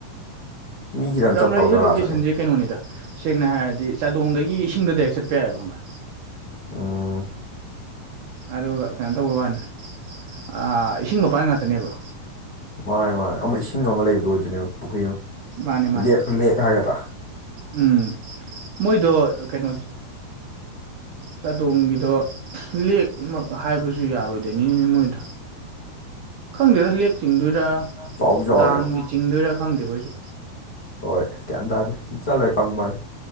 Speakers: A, on the left (about 45°); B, on the right (about 65°).
A: ꯃꯤ ꯈꯤꯇꯪ
B: ꯔꯝꯔꯩꯖꯦ
A: ꯆꯠꯇꯕ ꯖꯒꯥ
B: ꯂꯣꯀꯦꯁꯟꯖꯦ
A: ꯆꯠꯅꯩ
B: ꯀꯩꯅꯣꯅꯤꯗ ꯁꯦꯡꯅ ꯍꯥꯏꯔꯗꯤ ꯆꯥꯗꯣꯡꯗꯒꯤ ꯏꯁꯤꯡꯗ ꯗꯥꯏꯔꯦꯛ ꯆꯠꯄ ꯌꯥꯏꯕ ꯈꯪꯕꯔ
A: ꯎꯝ
B: ꯑꯗꯨꯒ ꯀꯩꯅꯣ ꯇꯧꯕ ꯋꯥꯅꯤ ꯑꯥ ꯏꯁꯤꯡ ꯃꯄꯥꯟ ꯉꯥꯛꯇꯅꯦꯕ
A: ꯃꯥꯅꯦ ꯃꯥꯅꯦ ꯑꯃ ꯏꯁꯤꯡ ꯑꯃ ꯂꯩꯕꯗꫭ ꯑꯣꯏꯗꫭꯏꯅꯦꯕ ꯄꯨꯈꯔꯤ ꯑꯃ
B: ꯃꯥꯅꯦ ꯃꯥꯅꯦ
A: ꯂꯦꯛ ꯂꯦꯛ ꯍꯥꯏꯒꯗ꯭ꯔꯥ
B: ꯎꯝ ꯃꯣꯏꯗꯣ ꯀꯩꯅꯣ ꯆꯥꯗꯣꯡꯒꯤꯗꯣ ꯂꯦꯛꯃꯛ ꯍꯥꯏꯕꯖꯨ ꯌꯥꯔꯣꯏꯗꯣꯏꯅꯤꯅꯦ ꯃꯣꯏꯗꯣ ꯈꯪꯗꯦꯗ ꯂꯦꯛ ꯆꯤꯡꯗꯣꯏꯔꯥ
A: ꯆꯥꯎꯗꯤ ꯆꯥꯎꯋꯦ
B: ꯗꯥꯝꯒꯤ
A: ꯌꯥꯝ
B: ꯆꯤꯡꯗꯣꯏꯔꯥ ꯈꯪꯗꯦꯕ ꯑꯩꯖꯨ
A: ꯍꯣꯏ ꯒꯤꯌꯥꯟ ꯇꯥꯗꯦ ꯆꯠꯂ ꯈꯪꯕꯗꯨꯅꯤ